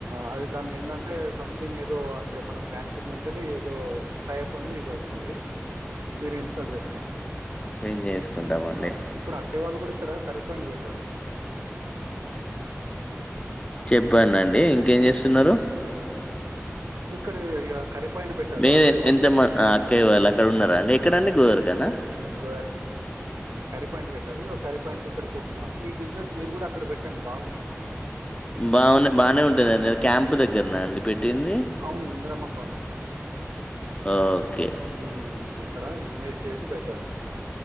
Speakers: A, on the right (about 70°); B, on the left (about 20°).
A: అదే దానిలో ఏంటంటే సంథింగ్ ఏదో అంటే మనం బ్యాంక్ నుంచి ఏదో టైప్ ఉంది ఇది వస్తుంది మీరు ఇన్స్టాల్ చేసుకోండి
B: విస్ చేద్దాం అండి
A: ఆ, ఇప్పుడు అక్కే వాళ్ళు కూడా ఇక్కడ కర్రీ పాయింట్ పెట్టారు
B: చెప్పడిండి ఇంకేం చేస్తున్నారు
A: ఇక్కడ కరి్రీపాయింట్ పెట్టారు
B: మీ
A: అక్కేయా వాళ్ళు
B: ఎంత మ ఆ, అక్కయ్య వాళ్ళు అక్కడ ఉన్నారా అండి ఎక్కడండి గోదరికానా
A: గో కర్రీ పాయింట్ పెట్టారు కర్రీ పాయింట్ ఇక్కడ కూర్చున్నాను ఈ బిజినెస్ మీరు కూడా అక్కడ పెట్టండి బాగుంది
B: బానే బాగానే ఉంటాందండి అ క్యాంప్ దగ్గరన అండి పెట్టింది
A: అవును ఇంద్రామా కాలనీ
B: ఆ ఓకే
A: ఉమ్, ఇక్కడ ఇన్వెస్ట్ చేసి పెట్టారు